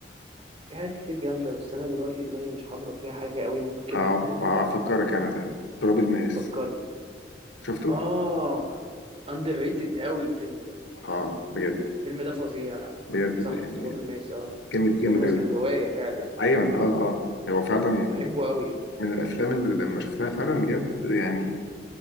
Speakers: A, on the right; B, on the left.
A: في حاجات كتير جامدة بس أنا دلوقتي دماغي مش حاضرة فيها حاجة قوي ممكن
B: آه،
A: آه،
B: هفكرك انا ت- تراب الماس
A: تفكرني
B: شفته؟
A: آه أندر ريتد قوي الفيلم ده
B: اه بجد
A: الفيلم ده فظيع يعني.
B: بجد
A: صح
B: يعني
A: تراب الماس اه
B: جامد
A: تراب
B: جامد
A: الماس
B: قوي
A: كان رواية فعلا
B: ايوه
A: اه
B: اه اه هو فعلا
A: بحبه قوي
B: من الافلام اللي لما شفتها فعلا بجد يعني